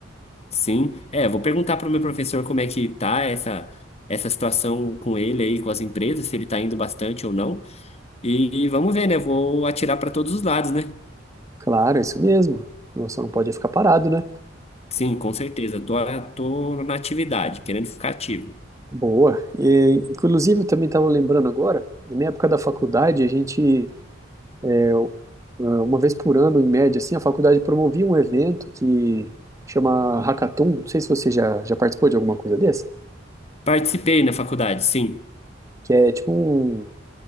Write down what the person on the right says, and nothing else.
Claro, é isso mesmo. Você não pode ficar parado, né?
Boa. E, inclusive, eu também estava lembrando agora, na minha época da faculdade, a gente, é, u- é, uma vez por ano, em média, assim, a faculdade promovia um evento que chama Hackathon. Não sei se você já, já participou de alguma coisa dessa.
Que é tipo um.